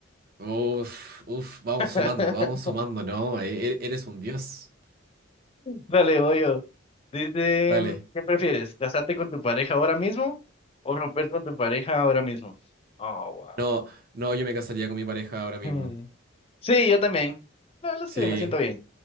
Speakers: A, on the right; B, on the left.
A: Uf, uf, vamos
B: <laughs>
A: sumando, vamos sumando, ¿no? e- e- Eres un dios.
B: Dale, voy yo. Dice,
A: Dale.
B: ¿qué prefieres? ¿Casarte con tu pareja ahora mismo o romper con tu pareja ahora mismo? Oh,
A: No, no, yo me casaría con mi pareja ahora mismo.
B: wow. Hmm. Sí, yo también. La verdad es
A: Sí,
B: que me siento bien.